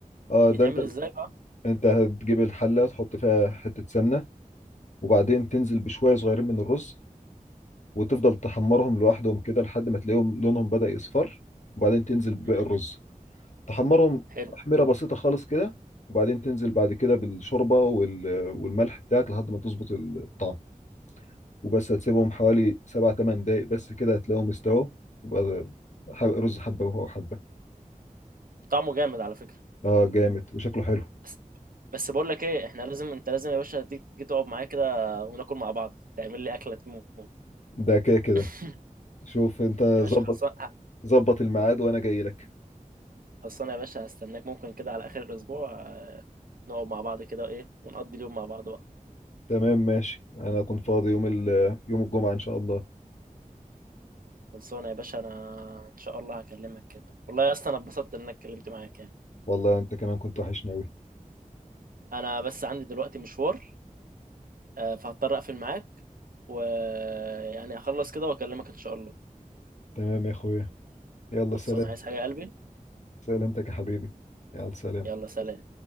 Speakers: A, on the left; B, on the right.
A: اه ده
B: بيتعمل
A: انت
B: ازاي بقى
A: انت هتجيب الحله تحط فيها حته سمنه وبعدين تنزل بشويه صغيرين من الرز وتفضل تحمرهم لوحدهم كده لحد ما تلاقيهم لونهم بدأ يصفر وبعدين تنزل بباقي
B: مم.
A: الرز تحمرهم
B: حلو
A: تحميره بسيطه خالص كده وبعدين تنزل بعد كده بالشوربه وال- والملح بتاعك لحد ما تظبط الطعم وبس هتسيبهم حوالي سبع تمن دقايق بس كده هتلاقيهم استووا وبقى حب- رز حبه وهو حبه
B: طعمه جامد على فكرة
A: اه جامد وشكله حلو
B: بس بس بقول لك ايه احنا لازم انت لازم يا باشا تيجي تقعد معايا كده وناكل مع بعض تعمل لي اكلة تموت
A: ده كده كده
B: <laughs>
A: شوف انت
B: يا باشا
A: ظبط
B: خلصان
A: ظبط الميعاد وانا جاي لك
B: خلصانة يا باشا هستناك ممكن كده على اخر الاسبوع آه، نقعد مع بعض كده ايه ونقضي اليوم مع بعض بقى
A: تمام ماشي انا كنت فاضي يوم ال يوم الجمعة ان شاء الله
B: خلصانة يا باشا انا ان شاء الله هكلمك كده والله يا اسطى انا اتبسطت انك اتكلمت معاك يعني
A: والله انت كمان كنت وحشني اوي
B: انا بس عندي دلوقتي مشوار آه، فهضطر اقفل معاك ويعني هخلص كده واكلمك ان شاء الله
A: تمام يا اخويا يلا
B: خلصان
A: سلام
B: عايز حاجة يا قلبي
A: سلامتك يا حبيبي يلا سلام
B: يلا سلام